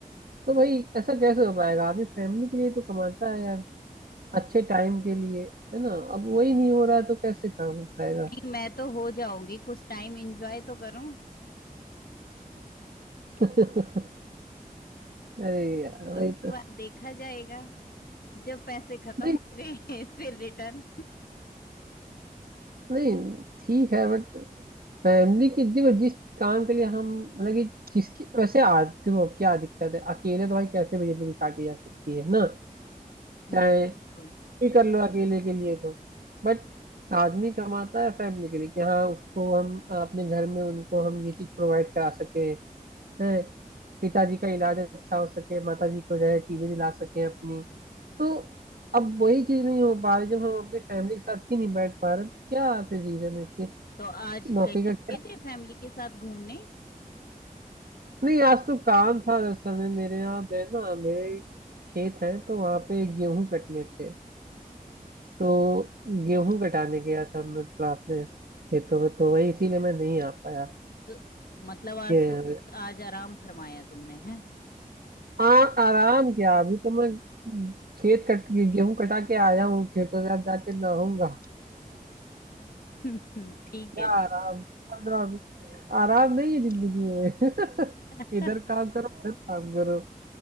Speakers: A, on the right (about 80°); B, on the left (about 80°).
A: तो भाई ऐसा कैसे हो पाएगा आदमी फैमिली के लिए तो कमाता है यार अच्छे टाइम के लिए है ना अब वही नहीं हो रहा है तो कैसे काम हो पाएगा
B: नहीं मैं तो हो जाऊंगी कुछ टाइम एंजॉय तो करूं
A: <laughs> अरे यार वही
B: उसके
A: तो
B: बाद देखा जाएगा जब पैसे खत्म
A: नहीं
B: हो गए <laughs> फिर रिटर्न
A: नहीं ठीक है बट फैमिली के देखो जिस काम के लिए हम मतलब कि जिसकी वैसे आज देखो क्या दिक्कत है अकेले तो भाई कैसे भी जिंदगी काटी जा सकती है ना
B: हम्म
A: चाहे
B: बिल्कुल।
A: कुछ भी कर लो अकेले के लिए तो बट आदमी कमाता है फैमिली के लिए कि हाँ उसको हम अपने घर में उनको हम ये चीज प्रोवाइड करा सके हैं पिताजी का इलाज अच्छा हो सके माताजी को जो है चीजें दिला सके अपनी तो अब वही चीज नहीं हो पा रही जब हम अपनी फैमिली के साथ ही नहीं बैठ पा रहे तो क्या फिर रीजन है इसके
B: तो आज
A: नौकरी
B: कहीं
A: का
B: गए
A: क्या
B: थे फैमिली के साथ घूमने
A: नहीं आज तो काम था दरअसल में मेरे यहाँ जो है ना मेरे खेत है तो वहाँ पे गेहूं कटने थे तो गेहूं कटाने गया था मैं थोड़ा अपने खेतों में तो वही इसीलिए मैं नहीं आ पाया
B: तो मतलब आज
A: ये
B: सो आज आराम फरमाया तुमने है
A: आ, आराम क्या अभी तो मैं खेत कट गेहूं कटा के आया हूँ खेतों से अब जाके नहाऊंगा
B: <laughs> ठीक
A: क्या
B: है ठीक
A: आराम कर रहा हूँ अभी। आराम नहीं है जिंदगी में <laughs>
B: है
A: इधर काम करो उधर काम करो